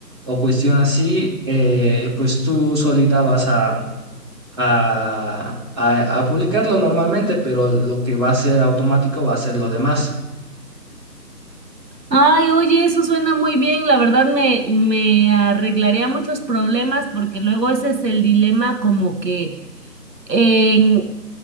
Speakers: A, on the right (about 15°); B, on the right (about 80°).
A: o cuestión así, eh, pues tú solita vas a, a, a- a publicarlo normalmente, pero lo que va a ser automático va a ser lo demás.
B: Ay, oye, eso suena muy bien. La verdad me me arreglaría muchos problemas porque luego ese es el dilema como que en